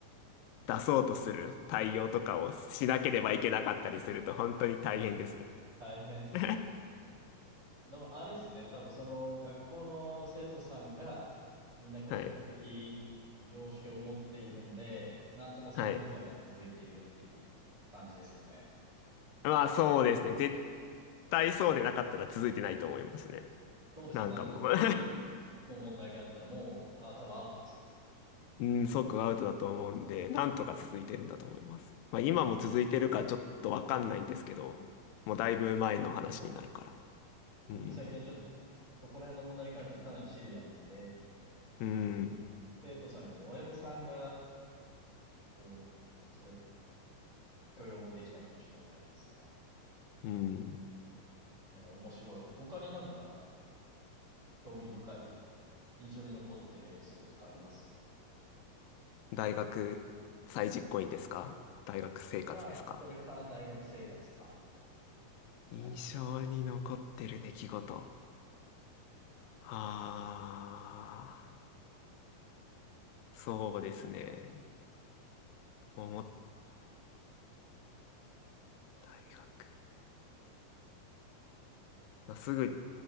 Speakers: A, on the left; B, on the right.
A: 出そうとする対応とかをしなければいけなかったりすると本当に大変です。
B: 大変っすね。
A: <laughs>
B: でも、あれっすね。多分、その、学校の生徒さんが、みんなこう、
A: はい。
B: 比較的、良識を持っているんで、なんとかその文化が続いているっていう感じですよね。
A: はい。まあそうですね。絶対そうでなかったら続いてないと思いますね。
B: そうですよね。
A: なんかもう
B: 何か大きいもう問題があったら、もう、あ、多分アウトですよね。
A: <laughs> うん、即アウトだと思うんで、なんとか続いてるんだと思います。まあ今も続いてるかちょっとわかんないんですけど、もうだいぶ前の話になるから。
B: そう
A: うん。
B: 特に最近はちょっと、そこら辺の問題に関してはかなりシビアなんで、
A: うん。
B: 生徒さんよりも親御さんが、こう、それを許容できないかもしれないですね。
A: うん。
B: えー面白い。他になんか興味深い、印象に残ってるエピソードとかあります
A: 大学再実行員ですか大学生活ですか
B: まあ、それか大学生活か、
A: 印象に残ってる出来事。
B: 何か
A: ああ、そうですね。思った大学。あすぐ、